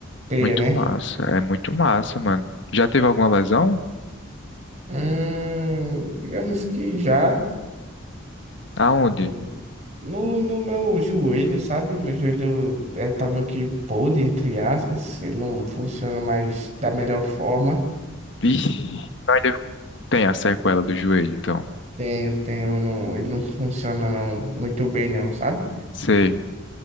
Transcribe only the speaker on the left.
Muito
massa. É muito massa, mano. Já teve alguma lesão?
Aonde?
Ixi, então ainda tem a sequela do joelho, então.
Sei.